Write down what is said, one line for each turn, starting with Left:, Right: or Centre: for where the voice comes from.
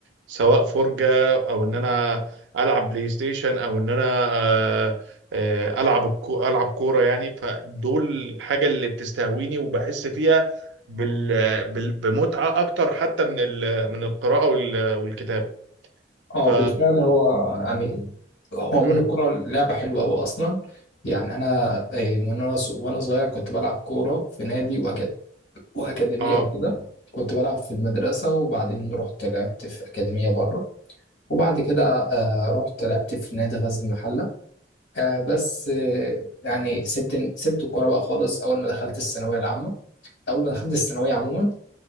Right: سواء فرجه او ان انا العب بلاي ستيشن او ان انا آه، آه، العب الكو- العب كوره يعني فدول الحاجه اللي بتستهويني وبحس فيها بال بال- بمتعه اكتر حتى من ال- من القراءه وال- والكتابه
Left: اه
Right: ف
Left: بالفعل هو يعني هو من
Right: مم.
Left: الكرة لعبة حلوة أوي أصلا يعني أنا آه، من وأنا وأنا صغير كنت بلعب كورة في نادي وأكاديمية
Right: اه
Left: وكده مم. كنت بلعب في المدرسة وبعدين رحت لعبت في أكاديمية بره وبعد كده آه، رحت لعبت في نادي غزل المحلة آه، بس آه، يعني سبت سبت الكورة بقى خالص أول ما دخلت الثانوية العامة أول ما دخلت الثانوية عموما